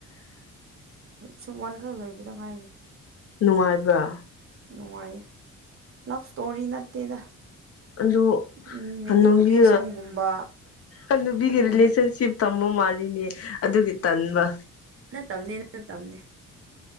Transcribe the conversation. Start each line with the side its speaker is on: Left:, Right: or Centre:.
Right: ꯁꯨꯝ ꯋꯥꯟꯈꯛ ꯂꯣꯏꯕꯗ ꯉꯥꯏꯌꯦ
Left: ꯅꯨꯡꯉꯥꯏꯕ꯭ꯔꯥ
Right: ꯅꯨꯡꯉꯥꯏꯌꯦ ꯂꯞ ꯏꯁꯇꯣꯔꯤ ꯅꯠꯇꯦꯗ
Left: ꯑꯗꯨ
Right: ꯃꯦꯅꯤꯄꯨꯂꯦꯁꯟꯒꯨꯝꯕ
Left: ꯍꯅꯣꯒꯤ ꯑ ꯅꯨꯄꯤꯒꯤ
Right: ꯑꯗꯨꯒꯨꯝꯕ
Left: ꯔꯤꯂꯦꯁꯟꯁꯤꯞ ꯊꯝꯕ ꯃꯥꯜꯂꯤꯅꯦ ꯑꯗꯨꯒꯤ ꯇꯟꯕ
Right: ꯅ ꯇꯅꯤ ꯅ ꯇꯝꯅꯦ